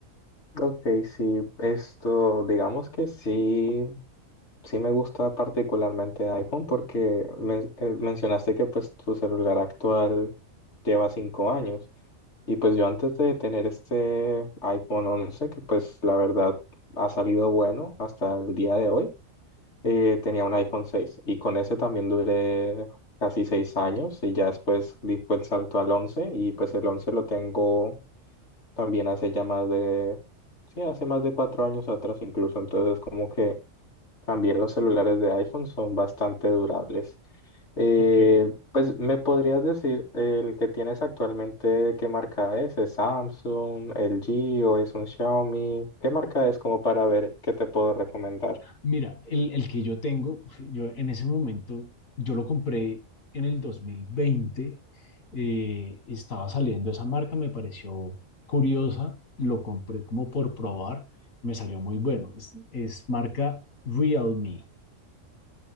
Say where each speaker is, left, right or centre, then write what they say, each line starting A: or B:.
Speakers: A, on the left; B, on the left.
A: Ok, sí, esto, digamos que sí, sí me gusta particularmente iPhone porque men- eh, mencionaste que pues tu celular actual lleva cinco años y pues yo antes de tener este iPhone once que pues la verdad ha salido bueno hasta el día de hoy, eh, tenía un iPhone seis y con ese también duré casi seis años y ya después di fue el salto al 11 y pues el 11 lo tengo también hace ya más de, sí, hace más de cuatro años atrás incluso, entonces como que también los celulares de iPhone son bastante durables. Eh,
B: Ok,
A: pues me podrías decir, el que tienes actualmente, ¿qué marca es? ¿Es Samsung, LG o es un Xiaomi? ¿Qué marca es como para ver qué te puedo recomendar?
B: Mira, el, el que yo tengo, pues, yo en ese momento, yo lo compré en el 2020, eh, estaba saliendo esa marca, me pareció curiosa, lo compré como por probar, me salió muy bueno. Es, es marca Realme.